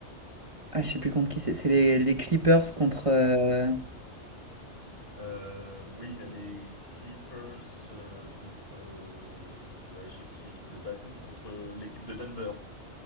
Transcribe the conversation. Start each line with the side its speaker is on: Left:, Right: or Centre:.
Right: Ah, je sais plus contre qui c'est. C'est les, les Clippers contre. euh,
Left: Euh, oui, il y a les Clippers euh, contre euh, ouais, je sais plus si c'est l'équipe de Batum contre euh, l'équipe de Denver.